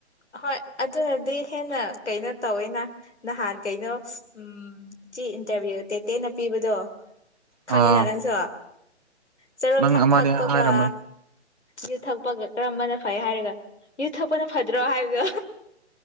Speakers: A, on the left; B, on the right.
A: ꯍꯣꯏ ꯑꯗꯨꯅꯗꯤ ꯍꯦꯟꯅ ꯀꯩꯅꯣ ꯇꯧꯋꯦꯅ ꯅꯍꯥꯟ ꯀꯩꯅꯣ ꯎꯝ ꯆꯤ ꯏꯟꯇꯔꯚꯤꯌꯨ ꯇꯦꯇꯦꯅ ꯄꯤꯕꯗꯣ
B: ꯑꯥ
A: ꯈꯪꯉꯤꯅ ꯅꯪꯁꯨ ꯆꯨꯔꯣꯞ
B: ꯅꯪ
A: ꯊꯛ
B: ꯑꯃꯗꯤ
A: ꯊꯛꯄꯒ
B: ꯍꯥꯏꯔꯝꯃꯦ
A: ꯌꯨ ꯊꯛꯄꯒ ꯀꯔꯝꯕꯅ ꯐꯩ ꯍꯥꯏꯔꯒ ꯌꯨ ꯊꯛꯄꯅ ꯐꯗ꯭ꯔꯣ ꯍꯥꯏꯕꯗꯣ